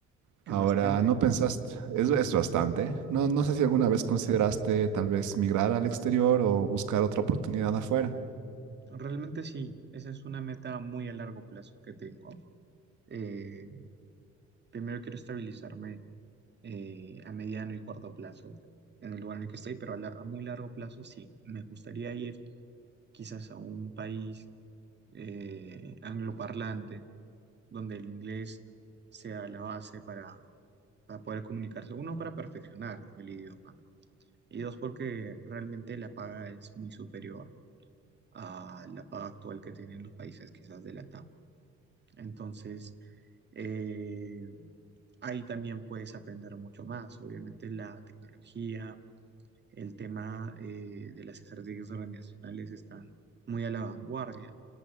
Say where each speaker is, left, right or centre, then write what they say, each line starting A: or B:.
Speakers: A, on the right; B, on the right.
A: Que
B: Ahora,
A: es bastante.
B: ¿no pensaste? Es, es bastante. No, no sé
A: Ujú.
B: si alguna vez consideraste tal vez migrar al exterior o buscar otra oportunidad afuera.
A: Realmente sí, esa es una meta muy a largo plazo que tengo. Eh, primero quiero estabilizarme eh, a mediano y corto plazo en el lugar en el que estoy, pero a, la- a muy largo plazo sí. Me gustaría ir quizás a un país eh, angloparlante donde el inglés sea la base para, para poder comunicarse. Uno, para perfeccionar, ¿no? el idioma. Y dos, porque realmente la paga es muy superior a la paga actual que tienen los países quizás de la TAM. Entonces, eh, ahí también puedes aprender mucho más. Obviamente la tecnología, el tema eh, de las estrategias organizacionales están muy a la vanguardia.